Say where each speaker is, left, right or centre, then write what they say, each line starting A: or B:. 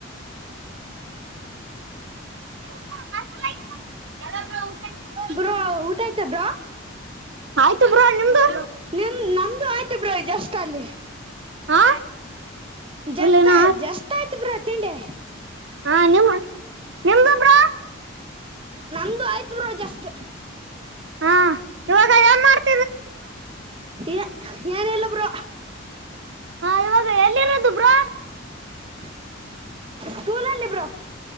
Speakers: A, on the right; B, on the right.
A: <inaudible>
B: ಬ್ರೋ ಊಟ ಆಯ್ತಾ ಬ್ರೋ
A: ಆಯ್ತ ಬ್ರೋ ನಿಮ್ದು
B: ನಿಮ್ಮ ನಮ್ದು ಆಯ್ತ ಬ್ರೋ ಜಸ್ಟ್ ಅಲ್ಲಿ
A: ಹಾ
B: ಜಸ್
A: ಇಲ್ಲೇನ
B: ಆಯ್ತ ಜಷ್ಟ ಆಯ್ತು ಬ್ರೋ ತಿಂಡಿ
A: ಹಾ ನಿಮ್ಮ ನಿಮ್ಮದು ಬ್ರೋ
B: ನಮ್ದು ಆಯ್ತು ಬ್ರೋ ಜಸ್ಟ್
A: ಹಾ ಇವಾಗ ಏನ್ ಮಾಡ್ತ್
B: <inaudible> ಏನಲ್ಲ ಬ್ರೋ
A: ಹಾ ಇವಾಗ ಎಲ್ಲಿರದು ಬ್ರೋ
B: <inaudible> ಸ್ಕೂಲಲ್ಲಿ ಬ್ರೋ